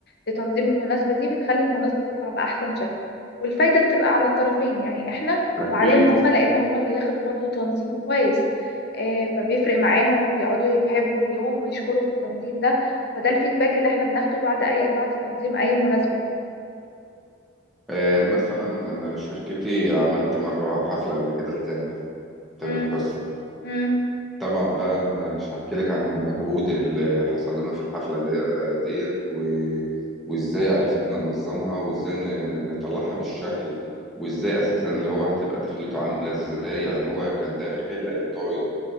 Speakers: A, on the left; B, in the centre.
A: لتنظيم المناسبة دي بتخلي المناسبة تطلع بأحسن شكل والفايدة بتبقى على الطرفين يعني احنا
B: اكيد
A: وعليهم هما لأن هما بياخدوا برضو تنظيم كويس آه، فبيفرق معاهم وبيقعدوا يحبوا اليوم ويشكروا في التنظيم ده فده الفيدباك اللي احنا بناخده بعد أي بعد تنظيم أي مناسبة
B: آه، مثلا انا شركتي عملت مره حفله قبل كده لتامر تامر
A: مم.
B: حسني
A: مم.
B: طبعا بقى مش هحكي لك عن المجهود اللي حصل لنا في الحفله دي آه، ديت و... وازاي عرفنا ننظمها وازاي ن- نطلعها بالشكل وازاي اساسا اللي هو هتبقى دخلته عامله ازاي يعني هو كان داخل آه، طاير